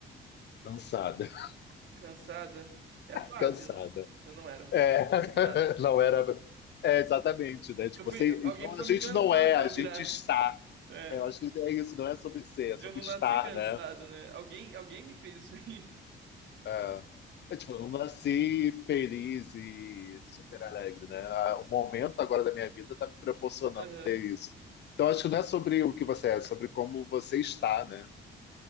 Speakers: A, on the left (about 60°); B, on the right (about 70°).
A: cansada, <laughs>
B: cansada. É a fase,
A: cansada.
B: eu não, eu não era uma
A: É,
B: pessoa
A: <laughs>
B: cansada assim.
A: não era, é exatamente, né? Tipo,
B: Eu fui,
A: você,
B: eu- alguém
A: então
B: precisou
A: a gente
B: me cansar
A: não é,
B: pra
A: a
B: eu
A: gente
B: virar.
A: está.
B: <laughs> É,
A: Eu acho que é isso, não é sobre ser, é sobre
B: eu não
A: estar,
B: nasci cansado,
A: né?
B: né? Alguém, alguém me fez isso aí.
A: É, É, tipo, eu não nasci feliz e super alegre, né? Ah, O momento agora da minha vida tá me proporcionando
B: <laughs> Aham.
A: ter isso. Então, acho que não é sobre o que você é, é sobre como você está, né?